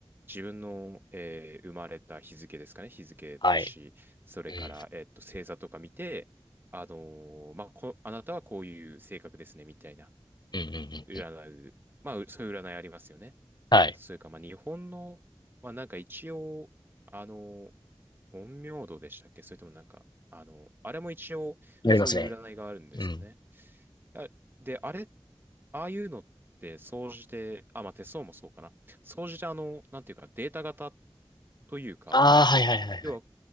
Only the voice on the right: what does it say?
自分の、えー生まれた日付ですかね、日付、
年、それから、
えっと、星座とか見て、あのーまあ、こ、あなたはこういう性格ですね、みたいな、
占う、
まあ、うそういう占いありますよね。
あと、それから、まあ、日本の、まあ、なんか一応、あのー陰陽道でしたっけそれともなんか、あの、あれも一応、
そういう占いがあるんですよね。
あで、あれ、ああいうのって、総じて、あ、まあ、手相もそうかな。総じて、あの、なんていうか、データ型というか、
要は、